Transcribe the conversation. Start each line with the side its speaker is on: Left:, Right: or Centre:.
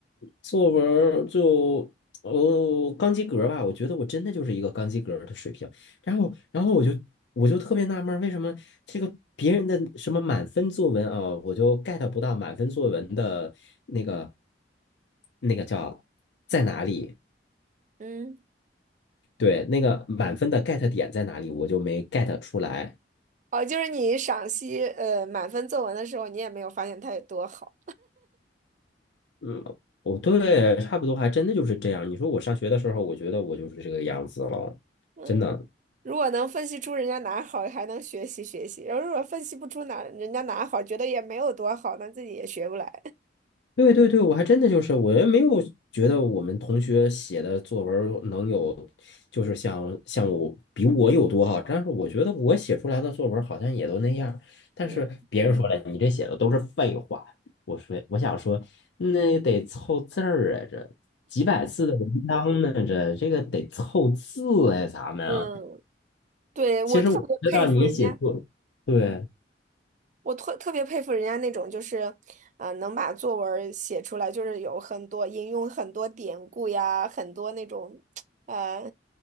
Left: 作文儿就哦刚及格吧，我觉得我真的就是一个刚及格儿的水平，然后然后我就我就特别纳闷儿为什么这个别人的什么满分作文啊，我就 get 不到满分作文的那个那个叫在哪里？
Right: 嗯，
Left: 对，那个满分的 get 点在哪里，我就没 get 出来。
Right: 哦，就是你赏析呃满分作文的时候，你也没有发现它有多好。
Left: 嗯，我对，差不多还真的就是这样。你说我上学的时候，我觉得我就是这个样子了，
Right: 嗯，
Left: 真的。
Right: 如果能分析出人家哪好，还能学习学习；然后如果分析不出哪人家哪好，觉得也没有多好，那自己也学不来。
Left: 对对对，我还真的就是，我也没有觉得我们同学写的作文儿能有，就是像像我比我有多好，但是我觉得我写出来的作文儿好像也都那样儿但是别人说了，
Right: 嗯，
Left: 你这写的都是废话。我说，我想说，那得凑字儿啊，这几百字的文章呢，这这个得凑字哎，咱们啊。
Right: 嗯，对，我特别佩服人家。
Left: 其实我知道你写作，对
Right: 我特特别佩服人家那种，就是，呃，能把作文儿写出来，就是有很多引用很多典故呀，很多那种，呃，